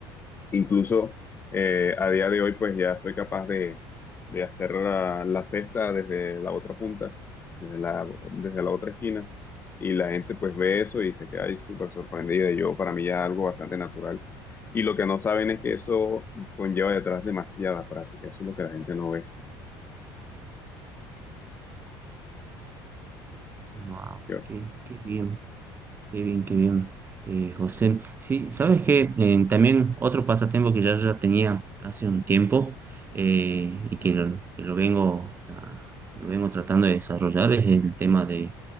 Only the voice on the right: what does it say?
Wow,
qué, qué bien. Qué bien, qué bien, eh, José. Sí, sabes que también otro pasatiempo que ya, ya tenía hace un tiempo eh, y que lo, que lo vengo, ah, lo vengo tratando de desarrollar es el tema de